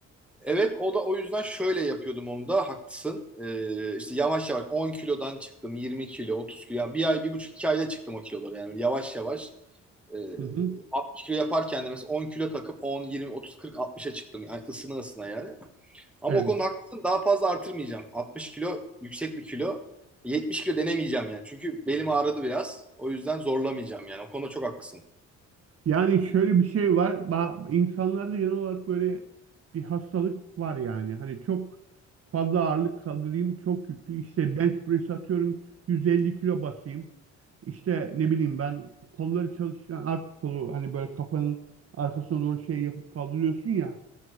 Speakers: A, in the centre; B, on the right.
A: Evet o da o yüzden şöyle yapıyordum onu da haklısın. Ee, işte yavaş yavaş 10 kilodan çıktım 20 kilo 30 kilo yani bir ay bir buçuk iki ayda çıktım o kiloları yani Böyle yavaş yavaş e,
B: Hı hı.
A: 60 kilo yaparken de mesela 10 kilo takıp 10 20 30 40 60'a çıktım yani ısına ısına yani. Ama
B: Evet.
A: o konuda haklısın daha fazla artırmayacağım 60 kilo yüksek bir kilo 70 kilo denemeyeceğim yani çünkü belim ağrıdı biraz o yüzden zorlamayacağım yani o konuda çok haklısın.
B: Yani şöyle bir şey var. Ba- İnsanlarda genel olarak böyle bir hastalık var yani. Hani çok fazla ağırlık kaldırayım, çok yüklü. İşte bench press atıyorum, 150 kilo basayım. İşte ne bileyim ben kolları çalışırken arka kolu hani böyle kafanın arkasına doğru şey yapıp kaldırıyorsun ya